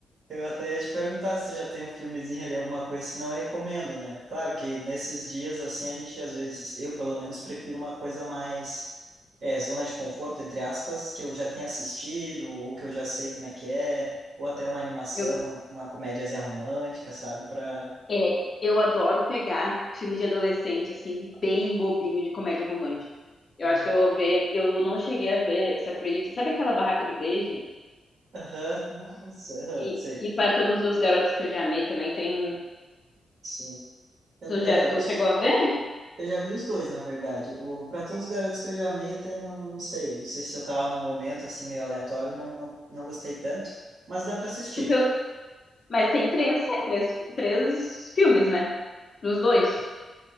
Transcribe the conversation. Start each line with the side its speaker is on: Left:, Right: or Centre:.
Right: Eu até ia te perguntar se já tem um filmezinho ali, alguma coisa, senão eu recomendo, né? Claro que nesses dias, assim, a gente às vezes, eu pelo menos prefiro uma coisa mais é, zona de conforto, entre aspas, que eu já tenha assistido, ou que eu já sei como é que é, ou até uma animação,
Left: Eu,
Right: uma, uma comédiazinha romântica, sabe? Pra.
Left: é, eu adoro pegar filme de adolescente, assim, bem bobinho de comédia romântica. Eu
Right: Uhum.
Left: acho que eu vou ver, eu não cheguei a ver, você acredita? Sabe aquela Barraca do Beijo?
Right: Aham, nossa, aham,
Left: E,
Right: sei.
Left: e para todos os garotos que eu já amei também, tem
Right: Sim. Eu-
Left: Tu já,
Right: É, eu
Left: tu
Right: acho.
Left: chegou a ver?
Right: Eu já vi os dois, na verdade. O Pra Todos os Garotos que eu já amei, até não, não sei. Não sei se eu tava num momento assim meio aleatório, não, não, não gostei tanto, mas dá pra assistir.
Left: Tu pe- mas tem três, sé- três, três filmes, né? Dos dois.